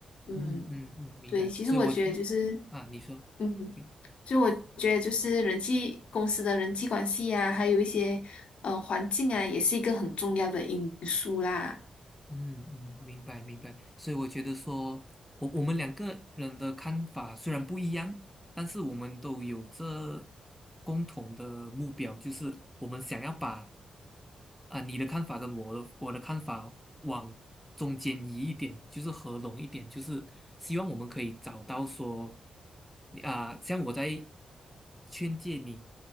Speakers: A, on the left; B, in the centre.
A: 嗯，
B: 嗯嗯嗯，明白。
A: 对，其实我觉得就是，
B: 所以我啊，你说。
A: 嗯，
B: 对
A: 就我觉得就是人际公司的人际关系呀、还有一些呃环境啊，也是一个很重要的因素啦。
B: 嗯嗯，明白明白。所以我觉得说，我我们两个人的看法虽然不一样，但是我们都有这共同的目标，就是我们想要把啊、你的看法跟我的我的看法往中间移一点，就是合拢一点，就是希望我们可以找到说啊、像我在劝诫你，